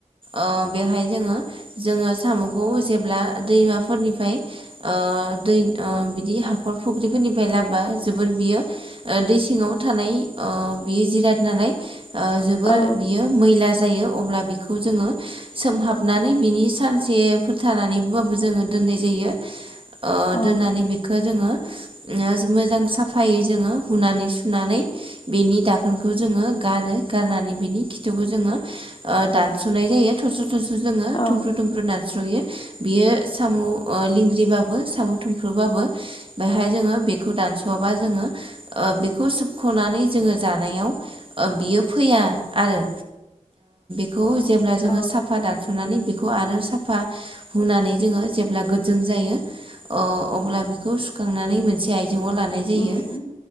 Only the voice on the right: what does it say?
ओ बेवहाय जोंङो जोंङो साम'खौ जेब्ला दैमा फोरनिफ्राय ओ दैद ओ बिदि हाखर फुख्रिफोरनिफ्राय लाबा जोबोर बियो ओ दै सिङांव थानाय ओ बियो जिराद नालाय ओ जोबोर
बियो मैला जायो। अब्ला बेखौ जोंङो सोमहाबनानै बिनि सानसे फोरथानानैबाबो जोंङो दोननाय जाय ङो अ
दोननानै बेखो जोंङो ओ मोजां साफायै जोंङो हुनानै सुनानै बेनि दाखोनखौ जोंङो गारो गारनानै बिनि खिथुखौ जोंङो ओ दानस'नाय जायो थब्स्र स्रस' जोंङो
थुमफ्रु थुमफ्रु दानस'यो बियो साम' ओ लिंग्रिबाबो सामु थुमफ्रुबाबो बेहाय जोंङो बेखौ दानस'वाबा जोंङोखौ ओ बेखौ सोबख'नानै नै जोंङो जानायाव ओ बियो फैया आरो। खौ जेब्ला जोंङो
साफा दानस'नानै आरो साफा हुनानै जोंङो जेब्ला गोदजों जायो अ अब्ला बेखौ सुखांनानै मोनसे आयजें आव लानाय जायो